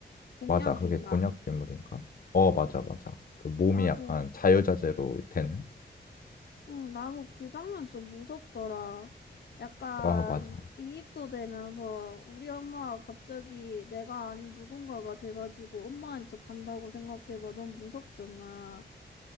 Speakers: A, on the left (about 70°); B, on the left (about 55°).
A: 공약인가?
B: 맞아 그게 곤약 괴물인가? 어 맞아 맞아 그 몸이
A: 나도
B: 약간 자유자재로 되는
A: 응, 나도 그 장면 좀 무섭더라. 약간
B: 아 맞아
A: 이입도 되면서 우리 엄마가 갑자기 내가 아닌 누군가가 돼가지고 엄마인 척 간다고 생각해봐. 넌 무섭잖아.